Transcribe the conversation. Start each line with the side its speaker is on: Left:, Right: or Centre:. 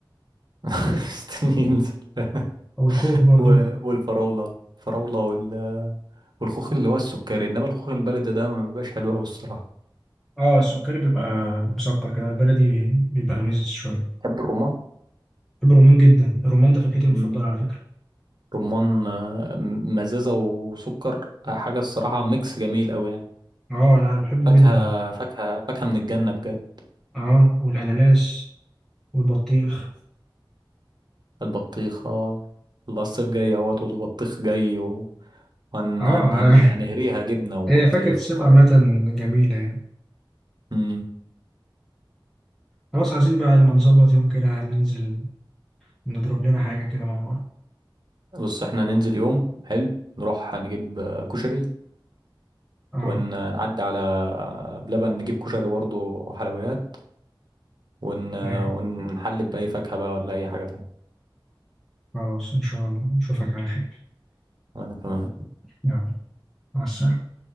Right: <laughs> استني ينزل <laughs>
Centre: او الخوخ برضو
Right: و- والفراولة الفراولة وال... والخوخ اللي هو السكري إنما الخوخ البلدي ده ما بيبقاش حلو أوي الصراحة
Centre: اه السكري بيبقى مسكر كده البلدي بيبقى مزز شوية
Right: بحب الرمان
Centre: بحب الرمان جدا الرمان ده فاكهتي المفضلة
Right: امم
Centre: على فكرة
Right: رمان آه، مزازة وسكر آه، حاجة الصراحة ميكس جميل أوي يعني
Centre: اه لا انا بحبه
Right: فاكهة
Centre: جدا
Right: فاكهة فاكهة من الجنة بجد
Centre: اه والاناناس والبطيخ
Right: البطيخة الله الصيف جاي اهوت والبطيخ جاي هن
Centre: اه
Right: هن هن
Centre: <laughs>
Right: هنهريها جبنة وبطيخ
Centre: هي فاكهة الصيف
Right: وعيش
Centre: عامة جميلة يعني
Right: امم
Centre: خلاص عايزين بقى لما نظبط يوم كده ننزل نضرب لنا حاجة كده مع بعض
Right: بص احنا هننزل يوم حلو نروح هنجيب آه، كشري
Centre: اه
Right: ونعدي على بلبن نجيب كشري برضه وحلويات ون...
Centre: ايوه
Right: ونحلب بأي فاكهة بقى ولا أي حاجة تانية
Centre: خلاص ان شاء الله نشوفك على خير
Right: وأنا تمام
Centre: يلا مع السلامة